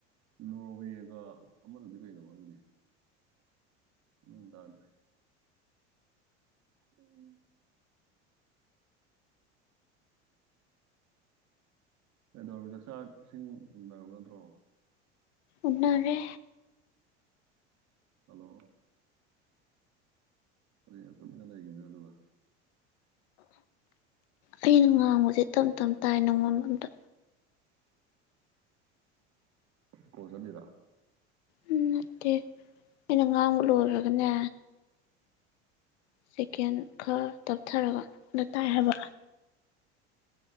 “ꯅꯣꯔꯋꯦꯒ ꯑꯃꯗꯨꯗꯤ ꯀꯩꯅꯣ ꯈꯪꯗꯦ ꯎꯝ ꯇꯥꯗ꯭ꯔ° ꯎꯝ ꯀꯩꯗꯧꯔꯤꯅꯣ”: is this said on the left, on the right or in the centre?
Right